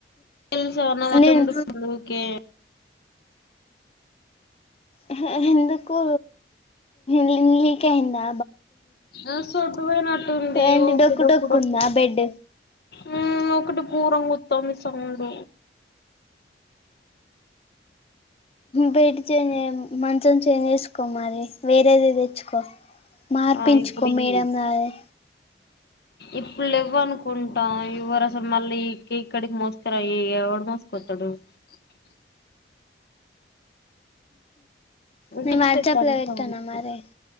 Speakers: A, on the left; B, on the left.
A: లుస అ మచ్చ
B: నేను
A: ముడుక్కుంది ఊకే.
B: ఎ ఎందుకు లి లీకైందా.
A: ఆ సొట్టుపోయినట్టుంది
B: ఏంటి
A: ఊకే. డొక్కు డొక్కు
B: ఉందా బెడ్
A: మ్ ఒకటి పూరంగొత్తాంది సౌండ్
B: బెడ్ చేంజ్ చేయ మంచం చేంజ్ వేసుకో మరి. వేరేది తెచ్చు కొ మార్పించుకో
A: ఆ ఇప్పుడు
B: మేడంరాగా
A: ఈ ఇప్పుడు లెవ్ అనుకుంటా. ఇవ్వరసలు. మళ్ళీ ఇక్కి ఇక్కడికి మోసుకురా ఈ ఎవడు మోసుకోతాడు? హలో
B: నే
A: పిచ్చి
B: వాట్సప్
A: లెత్తాంది
B: లో పెట్టనా
A: సౌండ్
B: మరి